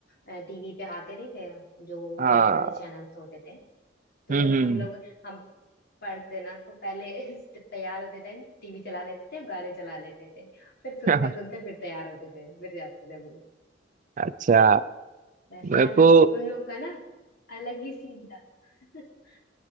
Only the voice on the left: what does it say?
टीवी पे आते नहीं थे जो
गाने वाले चैनल्स होते थे तो
जब
हम लोग हम पढ़ते ना तो पहले <laughs> तैयार होते थे टीवी चला लेते थे गाने चला लेते थे फिर सुनते
सुनते फिर तैयार होते थे फिर जाते थे हम
वैसे
यार
उन लोग का ना अलग ही सीन था <laughs>